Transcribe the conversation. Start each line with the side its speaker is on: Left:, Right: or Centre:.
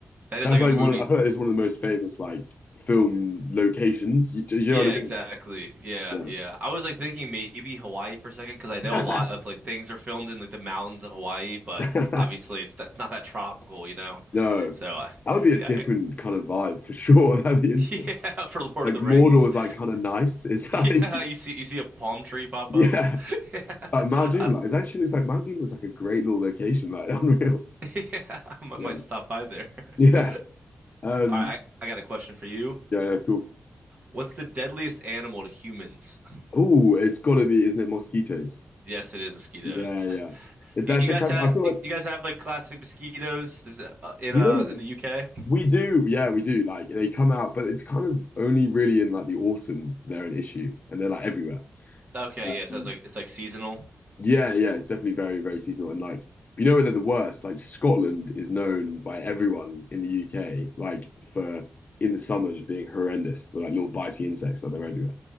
Right: That
Left: That's
Right: is like
Left: like
Right: a movie.
Left: one. Of, I feel like it's one of the most famous like film locations. You, do you
Right: Yeah,
Left: know
Right: exactly. Yeah,
Left: what
Right: yeah. I was like thinking maybe Hawaii for a second because I know
Left: I
Right: a lot
Left: mean?
Right: of like things are filmed in like the mountains of Hawaii, but
Left: No.
Right: obviously
Left: <laughs>
Right: it's it's not that tropical, you know.
Left: No,
Right: So uh,
Left: that would be a
Right: yeah,
Left: different kind of vibe for sure. <laughs> That'd be
Right: <laughs>
Left: interesting.
Right: Yeah, for Lord
Left: Like
Right: of the
Left: Mordor
Right: Rings.
Left: is like kind
Right: <laughs>
Left: of nice. It's
Right: Yeah,
Left: like
Right: you see you see a palm tree
Left: <laughs>
Right: pop
Left: yeah,
Right: up. <laughs> Yeah.
Left: like Mount Doom.
Right: I,
Left: Like it actually looks like Mount Doom was like a great little location. Like <laughs> unreal.
Right: yeah, I might
Left: Yeah,
Right: might stop by there. <laughs>
Left: yeah,
Right: All
Left: um,
Right: right, I, I got a question for you.
Left: yeah, yeah. Cool.
Right: What's the deadliest animal to humans? <laughs>
Left: Oh, it's gotta be, isn't it? Mosquitoes.
Right: Yes, it is mosquitoes.
Left: Yeah, yeah.
Right: <laughs>
Left: If
Right: You,
Left: that's
Right: you guys
Left: a cousin,
Right: have
Left: I feel
Right: you
Left: like
Right: guys have like classic mosquitoes Is that, uh, in
Left: you
Right: uh
Left: know
Right: in the UK?
Left: we do. Yeah, we do. Like they come out, but it's kind of only really in like the autumn they're an issue, and they're like everywhere.
Right: <laughs> Okay,
Left: Um,
Right: yeah, so it's like it's like seasonal.
Left: Yeah, yeah, it's definitely very, very seasonal. And like, you know where they're the worst? Like Scotland is known by everyone in the UK, like for in the summer just being horrendous with like little biting insects that they're everywhere.